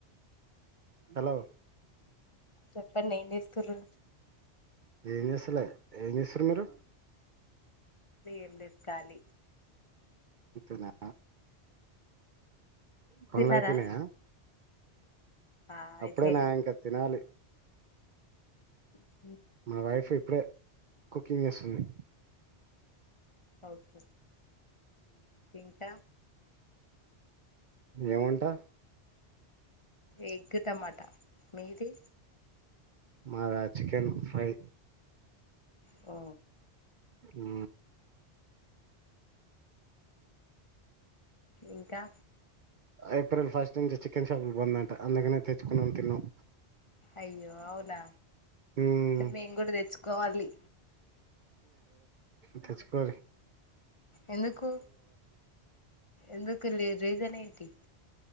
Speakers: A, on the right; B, on the left.
A: హలో
B: చెప్పుకోవచ్చు ఏంచేస్తుండ్రు
A: ఏంచేస్తలే ఎంచేస్తుంద్రూ మీరు
B: ఎంలె కాలీ
A: ఇప్పలా పనులైపోయినయా
B: తిన్నారా ఆ అయిపోయినాయి
A: అప్పుడేనా ఇంకా తినాలి
B: ఉ
A: మ వైఫ్ ఇ ప్పుడే కుకింగ్ వేస్తుంది
B: ఓకే ఇంకా
A: ఏమంటా
B: ఎగ్ టమాటా మీది
A: మాదా చికెన్ ఫ్రై
B: ఓ
A: ఉ
B: ఇంకా
A: ఏప్రిల్ ఫస్ట్ నుంచి చికెన్ షాపులు బంద్ అంట అందుకనే తెచ్చుకునం తిన్నాం
B: అయ్యో అవునా
A: మ్మ్.
B: మెంగూడ త చ్చుకోవాలి
A: తెచ్చకో
B: ఎందుకు ఎందుకు రీజన్ ఏంటి